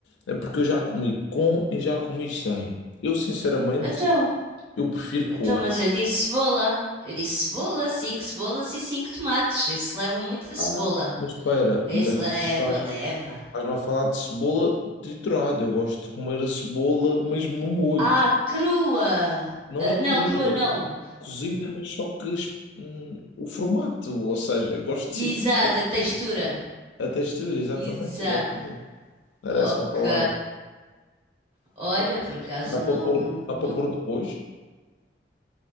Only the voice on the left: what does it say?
É porque eu já comi com e já comi sem. Eu, sinceramente,
eu prefiro
pôr.
Ah, mas espera,
mas
tu estás
Estás-me a falar de cebola triturada. Eu gosto de comer a cebola mesmo no molho.
Não
é crua,
mas cozida, mas só que es- hum, o formato, ou seja, eu gosto de sentir
a
cebola,
sabe? A textura, exatamente,
exatamente. Era
essa a palavra.
Que-
Dá para
pôr, dá para
pôr depois?